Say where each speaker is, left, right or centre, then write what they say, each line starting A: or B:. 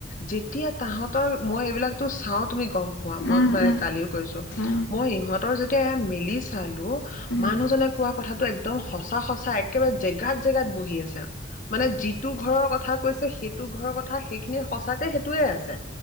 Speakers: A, on the left; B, on the left.
A: যেতিয়া তাহতৰ মই এইবিলাকো চাও তুমি গম পোৱা মই
B: উম
A: মানে
B: উম
A: কালিও কৈছো
B: উম
A: মই ইহঁতৰ যেতিয়া মেলি চালো
B: উম
A: মানুহজনে কোৱা কথাটো একদম সঁচা সচা একেবাৰে জেগাত জেগাত বহি আছে মানে যিটো ঘৰৰ কথা কৈছে। সেইটো ঘৰৰ কথা সেইখিনি সচাকে সেইটোয়ে আছে